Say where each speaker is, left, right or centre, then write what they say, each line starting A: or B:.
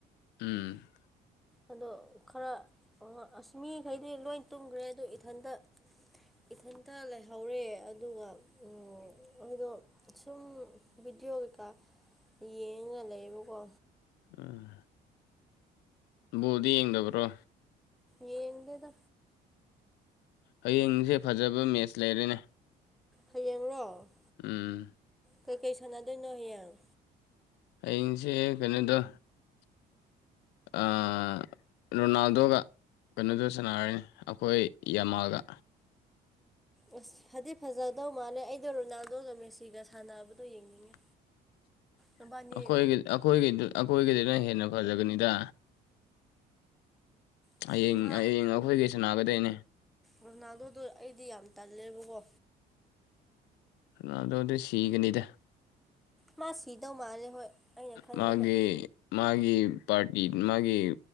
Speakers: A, on the left; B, in the centre.
A: ꯎꯝ
B: ꯑꯗꯣ ꯈꯔ ꯑꯁꯃꯤꯈꯩꯗꯤ ꯂꯣꯏ ꯇꯨꯝꯈ꯭ꯔꯦ ꯑꯗ ꯏꯊꯟꯇ ꯏꯊꯟꯇ ꯂꯩꯍꯧꯔꯦ ꯑꯗꯨꯒ ꯑꯩꯣꯏꯗꯣ ꯁꯨꯝ ꯚꯕꯤꯗꯤꯑꯣ ꯀꯩꯀꯥ ꯌꯦꯡꯉ ꯂꯩꯕꯀꯣ
A: ꯎꯥ ꯕꯣꯗꯤ ꯌꯦꯡꯗꯕ꯭ꯔꯣ
B: ꯌꯦꯗꯗ
A: ꯍꯌꯦꯡꯁꯦ ꯐꯖꯕ ꯃꯦꯠꯆ ꯂꯩꯔꯦꯅꯦ
B: ꯍꯌꯦꯡꯔꯣ
A: ꯎꯝ
B: ꯀꯒꯩ ꯁꯥꯟꯅꯥ ꯑꯗꯨꯅꯍꯌꯦꯪ
A: ꯑꯩꯡꯁꯦ ꯀꯩꯅꯣꯗꯣ ꯑ ꯔꯣꯅꯥꯜꯗꯣꯒ ꯀꯩꯅꯣꯗ ꯁꯥꯟꯅꯔꯅꯤ ꯑꯩꯈꯣꯏ ꯌꯥꯝꯃꯥꯜꯒ
B: ꯑꯁ ꯐꯗꯤ ꯐꯖꯗꯧ ꯃꯥꯜꯂꯦ ꯑꯩꯗꯣ ꯔꯣꯅꯥꯜꯗꯣꯒ ꯃꯦꯁꯤꯒ ꯁꯥꯟꯅꯕꯗꯣ ꯌꯦꯡꯅꯤꯡꯉꯦ
A: <unintelligible>
B: ꯅꯕꯥꯅꯤ
A: ꯑꯩꯈꯣꯏ ꯑꯩꯈꯣꯏ ꯑꯩꯈꯣꯏꯒꯤꯗꯨꯅ ꯍꯦꯟꯅ ꯐꯖꯒꯅꯤꯗ
B: ꯑꯁ
A: ꯍꯌꯦꯡ
B: ꯃꯥ
A: ꯍꯌꯦꯡ ꯑꯩꯈꯣꯏꯒꯤꯩꯁꯨ ꯅꯥꯒꯗꯣꯏꯅꯦ
B: ꯔꯣꯅꯥꯗꯣꯗꯣ ꯑꯩꯗꯤ ꯌꯥꯝ ꯇꯜꯂꯦꯕꯀꯣ
A: ꯔꯨꯅꯥꯔꯗꯣꯗꯤ ꯁꯤꯒꯅꯤꯗ
B: ꯃꯥ ꯁꯤꯗꯧ ꯃꯥꯜꯂꯦ ꯍꯣꯏ ꯑꯩꯅ ꯈꯟꯕꯗ
A: ꯃꯥꯒꯤ ꯃꯥꯒꯤ ꯄꯥꯔꯇꯤ ꯃꯥꯒꯤ